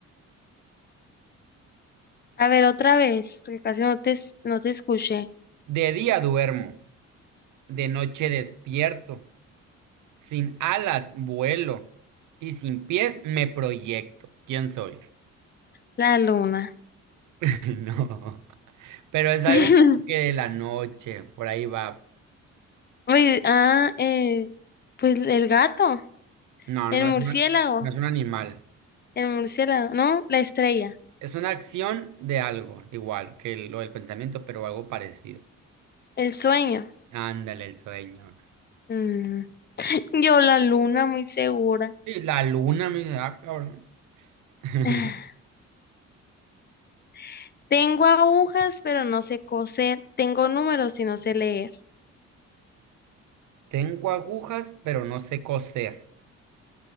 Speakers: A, on the left; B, on the right.
A: A ver, otra vez, porque casi no te, es- no te escuché.
B: De día duermo, de noche despierto. Sin alas vuelo y sin pies me proyecto. ¿Quién soy?
A: La luna.
B: <laughs> No. Pero es algo
A: <laughs>
B: como que de la noche, por ahí va.
A: Uy, ah, eh, pues el gato,
B: No,
A: el
B: no
A: murciélago,
B: es una- no es un animal.
A: el murciélago, no, la estrella,
B: Es una acción de algo, igual que lo del pensamiento, pero algo parecido.
A: el sueño.
B: Ándale, el sueño.
A: Mm. Yo la luna, muy segura.
B: Sí, la luna me dice, ah, cabrón. <laughs>
A: <laughs> <sighs> Tengo agujas, pero no sé coser. Tengo números y no sé leer.
B: Tengo agujas, pero no sé coser.